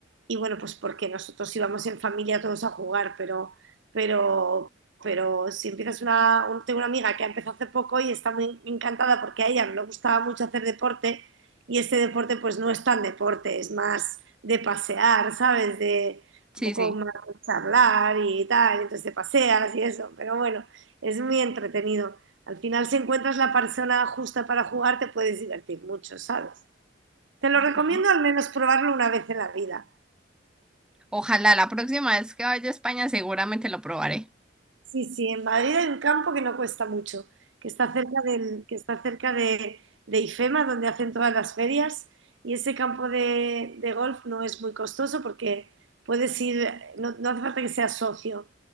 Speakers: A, on the right; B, in the centre.
A: y bueno, pues porque nosotros íbamos en familia todos a jugar, pero, pero, pero si empiezas una, un- tengo una amiga que ha empezado hace poco y está muy encantada porque a ella le gustaba mucho hacer deporte y este deporte pues no es tan deporte, es más de pasear, ¿sabes? De
B: Sí,
A: un poco
B: sí.
A: más de charlar y tal, entonces te paseas y eso, pero bueno, es muy entretenido. Al final, si encuentras la persona justa para jugar, te puedes divertir mucho, ¿sabes? Te lo recomiendo
B: Sí.
A: al menos probarlo una vez en la vida.
B: Ojalá la próxima vez que vaya a España seguramente lo probaré.
A: Sí, sí, en Madrid hay un campo que no cuesta mucho, que está cerca del, que está cerca de, de IFEMA, donde hacen todas las ferias, y ese campo de, de golf no es muy costoso porque puedes ir, no, no hace falta que seas socio,